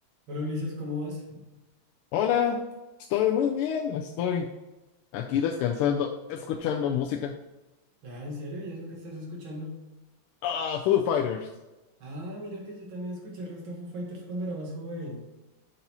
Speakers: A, on the right; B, on the left.
A: Hola Ulises, ¿cómo vas?
B: Hola, estoy muy bien, estoy aquí descansando, escuchando música.
A: Ah, ¿en serio? ¿Y eso que estás escuchando?
B: Ah, Foo Fighters,
A: Ah, mira que yo también escuché el resto de Foo Fighters cuando era más joven.